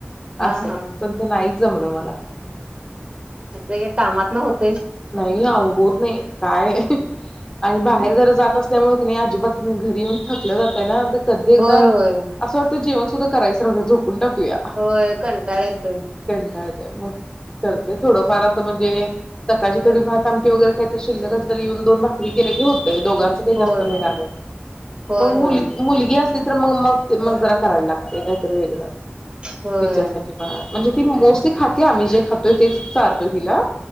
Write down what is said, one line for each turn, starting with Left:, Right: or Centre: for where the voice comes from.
Right: हा
Left: अस
Right: हा
Left: पण ते नाहीच. जमलं मला.
Right: असं हेकामात न होत --
Left: नाही होत नाही काय आणि बाहेर जरा जात असल्यामुळे -- नाही अजिबातून घरी येऊन थकलं जातंय ना. कधी एकया
Right: होय होय
Left: असं वाटतं जीव करायच राहूदे झोपून टा -- कुया
Right: होय कंटाळ येतोय
Left: कंटाळते मग करते थोडफार अस <unintelligible> सकाळची थोडी भात आमटी वगैरेही तर शिलक असला की येऊन दोन भाकरी केल्या की होत. दोघांच काय जास्त
Right: होय.
Left: नाही लागत.
Right: होय
Left: म
Right: होय
Left: मुल मुलगी असते चित्र मग मग ते मग जरा करायला लागते का वेगळ
Right: होय
Left: तिच्यासाठी पणा म्हणजे ती मोस्टली खाते आम्ही जे खातोय तेच चारतोय तिला.